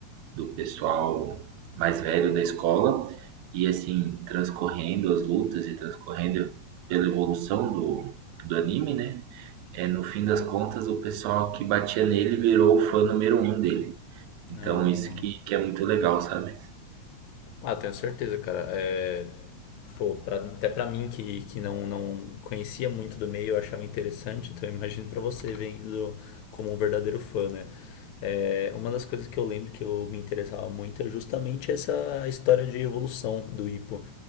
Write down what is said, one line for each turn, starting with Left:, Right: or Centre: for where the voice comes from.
Right: do pessoal mais velho da escola, e assim, transcorrendo as lutas e transcorrendo pela evolução do, do anime, né? É, no fim das contas, o pessoal que batia nele virou o fã número um dele. Então,
Left: Ah.
Right: isso que, que é muito legal, sabe?
Left: Ah, tenho certeza, cara. É, pô, pra- até pra mim que, que não, não conhecia muito do meio, eu achava interessante, então eu imagino pra você vendo como um verdadeiro fã, né? É, uma das coisas que eu lembro que eu me interessava muito é justamente essa história de evolução do Ipo.